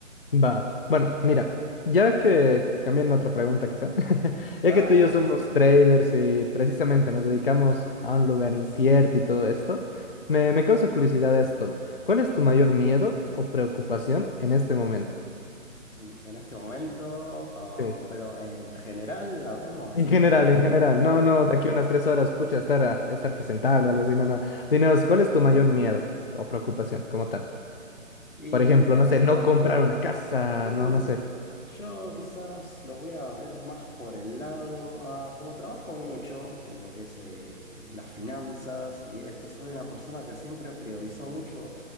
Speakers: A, on the left; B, on the left.
A: Va. Bueno, mira, ya que cambian otra pregunta quizá, <laughs>
B: Dale,
A: ya que tú y
B: dale,
A: yo somos
B: sí, sí.
A: traders y precisamente nos dedicamos a un lugar incierto y todo esto, me, me causa curiosidad esto. ¿Cuál es tu mayor miedo o preocupación en este momento?
B: Mm, En este momento, ah,
A: Sí.
B: pero en general, hablemos así.
A: En general, en general,
B: Mm,
A: no, no, de aquí unas tres horas, pucha, estar, a- estar presentable o algo así, no, no. Dinos, ¿cuál es tu mayor miedo o preocupación como tal?
B: Y
A: Por ejemplo,
B: mira,
A: no sé, no
B: a mí,
A: comprar una casa,
B: sí,
A: no, no sé.
B: yo quizás lo voy a ver más por el lado, ah, como trabajo mucho en lo que es eh, las finanzas y esto, soy una persona que siempre priorizó mucho